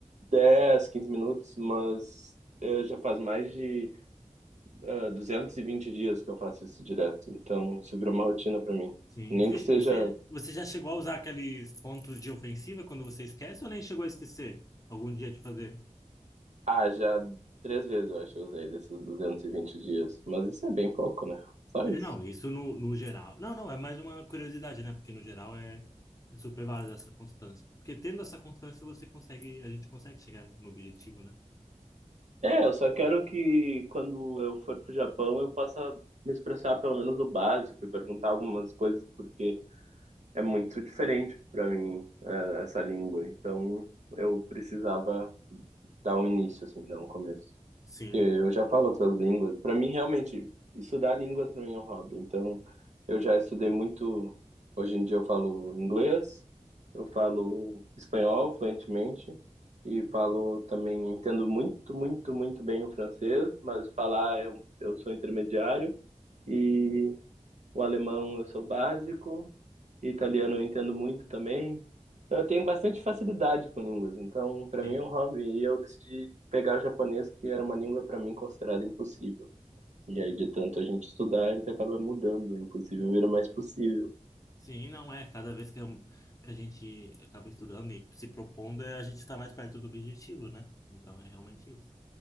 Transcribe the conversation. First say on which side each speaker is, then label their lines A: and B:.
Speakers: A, on the right; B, on the left.
A: 10 15 minutos, mas eh, já faz mais de ah, 220 dias que eu faço isso direto. Então, isso virou uma rotina para mim.
B: sim.
A: Nem
B: Você,
A: que seja,
B: você, você já chegou a usar aqueles pontos de ofensiva quando você esquece ou nem chegou a esquecer algum dia de fazer?
A: ah, já três vezes eu acho que eu usei desses 220 dias, mas isso é bem pouco, né? Só isso.
B: É, não, isso no, no geral. Não, não, é mais uma curiosidade, né? Porque no geral é, é super válido essa constância. Porque tendo essa constância, você consegue, a gente consegue chegar no objetivo, né?
A: É, eu só quero que quando eu for pro Japão eu possa me expressar pelo menos o básico e perguntar algumas coisas, porque é muito diferente para mim, eh, essa língua. Então eu precisava dar um início, assim, dar um começo.
B: Sim.
A: Eu já falo outras línguas. Para mim, realmente, estudar línguas para mim é um hobby. Então, eu já estudei muito. Hoje em dia eu falo inglês, eu falo espanhol fluentemente e falo também, entendo muito, muito, muito bem o francês, mas falar eu, eu sou intermediário e o alemão eu sou básico e italiano eu entendo muito também. Então, eu tenho bastante facilidade com línguas. Então, para
B: Sim,
A: mim é um hobby. E eu decidi pegar japonês, que era uma língua para mim considerada impossível. E
B: sim.
A: aí, de tanto a gente estudar, a gente acaba mudando. O impossível vira mais possível.
B: Sim, não é. Cada vez que, eu- que a gente acaba estudando e se propondo, é, a gente está mais perto do objetivo, né? Então é realmente isso.